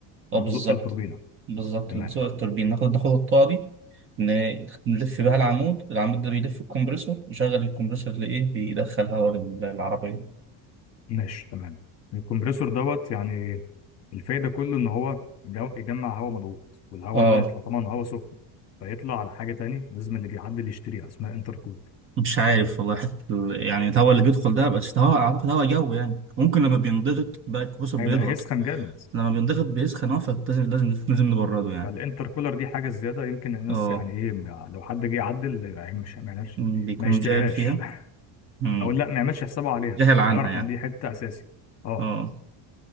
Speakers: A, on the right (about 30°); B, on the left (about 35°).
A: اه
B: بتزق
A: بالظبط
B: التوربينه
A: بالظبط
B: تمام
A: بتزق التوربين ناخد ناخد الطاقة دي ن- نلف بيها العمود العمود ده بيلف الكمبريسور نشغل الكمبريسور لإيه بيدخل هواء للعربية
B: ماشي تمام الكمبريسور دوت يعني الفايده كله ان هو يجو- يجمع هواء مضغوط والهواء
A: اه
B: ده يطلع طبعا هواء سخن فيطلع على حاجه تاني لازم اللي بيعدي اللي يشتريها اسمها انتركولر
A: مش عارف والله حتى ال- يعني الهواء اللي بيدخل ده بس هواء أعتقد هواء جو يعني ممكن لما بينضغط بقى الكمبريسور
B: هيبقى
A: بيضغط
B: هيسخن جامد
A: لما بينضغط بيسخن اه فلازم لازم لازم نبرده يعني
B: فالانتركولر دي حاجه زياده يمكن الناس
A: اه
B: يعني ايه ما- لو حد جه يعدل يعني مش ما يعملش
A: م، بيكون
B: ما يشتريهاش
A: جاهل فيها
B: <laughs>
A: مم.
B: او لا ما يعملش حسابه عليها
A: جاهل عنها
B: ويعرف
A: يعني
B: ان دي حته اساسي اه
A: اه